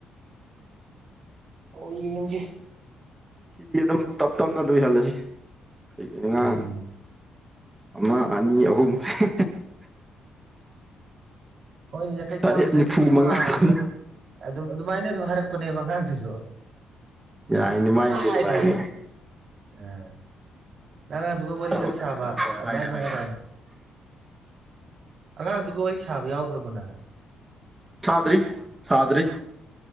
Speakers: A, on the right; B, on the right.
A: ꯑꯣ ꯌꯦꯡꯖꯦ
B: ꯁꯤꯗꯤ ꯑꯗꯨꯝ ꯇꯞ ꯇꯞꯅ ꯂꯣꯏꯍꯜꯂꯁꯤ <unintelligible>
A: ꯎꯝ
B: ꯑꯃ ꯑꯅꯤ ꯑꯍꯨꯝ <unintelligible>
A: ꯍꯣꯏꯅꯦ ꯌꯪꯈꯩ
B: ꯇꯔꯦꯠ
A: ꯆꯥꯝꯃ ꯆꯅꯤ
B: ꯅꯤꯐꯨ
A: ꯆꯧꯉꯥ
B: ꯃꯉꯥ ꯀꯨꯟ
A: ꯇꯔꯨꯛ ꯑꯗꯨꯝ ꯑꯗꯨꯃꯥꯏꯅ ꯑꯗꯨꯝ ꯍꯥꯏꯔꯛꯄꯅꯦꯕ ꯑꯉꯥꯡꯗꯨꯁꯨ
B: ꯌꯥꯏꯅꯦ
A: ꯄꯪꯍꯥꯏꯗ
B: ꯃꯥꯏꯁꯦ ꯅꯨꯡꯉꯥꯏꯅꯦ
A: ꯍꯥꯏꯗꯤ ꯑꯥ ꯑꯉꯥꯡꯗꯨꯒ ꯋꯥꯔꯤ
B: ꯑꯗꯨ
A: ꯇꯛ
B: ꯀꯩꯅꯣ
A: ꯁꯥꯕ
B: ꯇꯧꯔꯦ
A: ꯑꯃꯥꯏꯅ
B: ꯍꯥꯏꯅ
A: ꯂꯣꯏ
B: ꯍꯥꯏꯅ
A: ꯍꯥꯏꯔꯛꯑꯅꯤ ꯑꯉꯥꯡꯗꯨꯒ ꯋꯥꯔꯤ ꯁꯥꯕ ꯌꯥꯎꯈ꯭ꯔꯥꯕꯣ ꯅꯥ
B: ꯊꯥꯗ꯭ꯔꯤ ꯁꯥꯗ꯭ꯔꯤ